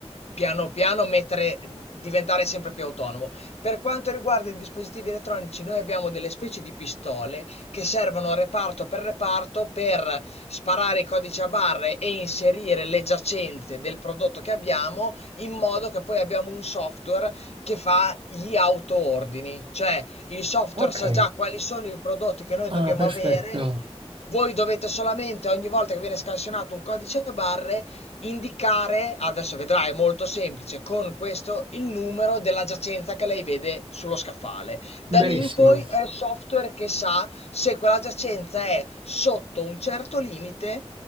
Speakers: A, on the left (about 70°); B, on the right (about 50°).
A: piano piano mettere, diventare sempre più autonomo. Per quanto riguarda i dispositivi elettronici, noi abbiamo delle specie di pistole che servono reparto per reparto per sparare i codici a barre e inserire le giacenze del prodotto che abbiamo in modo che poi abbiamo un software che fa gli autoordini, cioè il software
B: Ok,
A: sa già quali sono i prodotti che noi
B: ah,
A: dobbiamo
B: perfetto,
A: avere. Voi dovete solamente ogni volta che viene scansionato un codice a barre indicare, adesso vedrai, è molto semplice, con questo il numero della giacenza che lei vede sullo scaffale. Da
B: benissimo.
A: lì in poi è il software che sa se quella giacenza è sotto un certo limite,